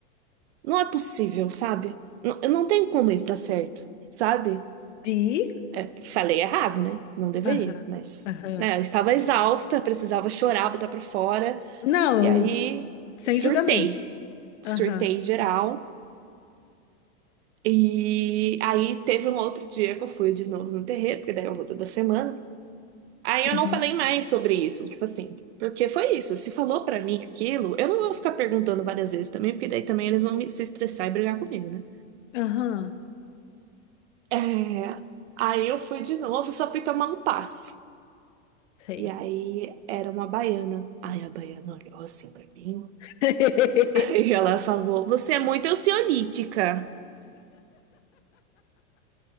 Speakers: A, on the right; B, on the left.
A: Não é possível, sabe? Não, eu não tenho como isso dar certo, sabe?
B: E?
A: É, falei errado, né? Não deveria,
B: Aham,
A: mas.
B: aham.
A: né, eu estava exausta, precisava chorar, botar pra fora.
B: Não,
A: E aí,
B: sem
A: surtei.
B: julgamentos.
A: Surtei
B: Aham,
A: geral. E aí, teve um outro dia que eu fui de novo no terreiro, porque daí eu vou toda semana. Aí eu
B: uhum,
A: não falei mais sobre isso, tipo assim, porque foi isso. Se falou pra mim aquilo, eu não vou ficar perguntando várias vezes também, porque daí também eles vão me- se estressar e brigar comigo, né?
B: aham,
A: É, aí eu fui de novo, só fui tomar um passe.
B: sei.
A: E aí era uma baiana. Aí a baiana olhou assim pra mim.
B: <laughs>
A: <laughs> Aí ela falou: Você é muito ansiolítica.